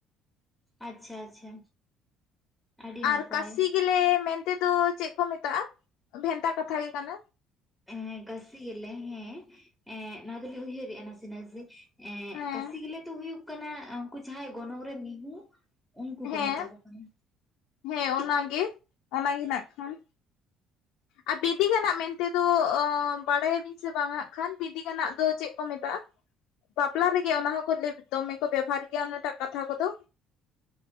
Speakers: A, in the centre; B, on the left (about 75°).
A: ᱟᱪᱪᱷᱟ ᱟᱪᱪᱷᱟ ᱟᱹᱰᱤ
B: ᱟᱨ
A: ᱱᱟᱯᱟᱭ
B: ᱠᱟᱥᱤ ᱜᱮᱞᱮ ᱢᱮᱱᱛᱮ ᱫᱚ ᱪᱮᱜ ᱠᱚ ᱢᱮᱛᱟᱜ-ᱟ? ᱵᱷᱮᱱᱛᱟ ᱠᱟᱛᱷᱟ ᱜᱮ ᱠᱟᱱᱟ
A: ᱮ ᱠᱟᱥᱤ ᱜᱮᱞᱮ ᱦᱮᱸ ᱱᱣᱟ ᱫᱚ ᱞᱤᱧ ᱩᱭᱦᱟᱹᱨ ᱨᱮᱜ-ᱟ ᱱᱟᱥᱤ ᱱᱟᱥᱤ ᱮᱸ
B: ᱦᱮᱸ
A: ᱠᱟᱥᱤ ᱜᱮᱞᱮ ᱫᱚ ᱦᱩᱭᱩᱜ ᱠᱟᱱᱟ ᱩᱱᱠᱩ ᱡᱟᱦᱟᱸᱭ ᱜᱚᱱᱚᱝ ᱨᱮ ᱢᱤᱦᱩ ᱩᱱᱠᱩ ᱠᱚ
B: ᱦᱮᱸ
A: ᱢᱮᱛᱟ ᱠᱚ ᱠᱟᱱᱟ᱾
B: ᱦᱮᱸ ᱚᱱᱟᱜᱮ ᱚᱱᱟᱜᱮ ᱱᱟᱜᱠᱷᱟᱱ᱾ ᱟᱨ ᱵᱤᱫᱤᱜᱟᱱᱟᱜ ᱢᱮᱱᱛᱮ ᱫᱚ ᱚ ᱵᱟᱲᱟᱭ ᱟᱵᱤᱱ ᱥᱮ ᱵᱟᱝ ᱦᱟᱜ ᱠᱷᱟᱱ ᱵᱤᱫᱤᱜᱟᱱᱟᱜ ᱫᱚ ᱪᱮᱫ ᱠᱚ ᱢᱮᱛᱟᱜ-ᱟ? ᱵᱟᱯᱞᱟ ᱨᱮᱜᱮ ᱚᱱᱟ ᱦᱚᱸᱠᱚ ᱫᱮᱵ ᱫᱚᱢᱮ ᱠᱚ ᱵᱮᱵᱷᱟᱨ ᱜᱮᱭᱟ ᱚᱱᱟᱴᱟᱜ ᱠᱟᱛᱷᱟ ᱠᱚᱫᱚ᱾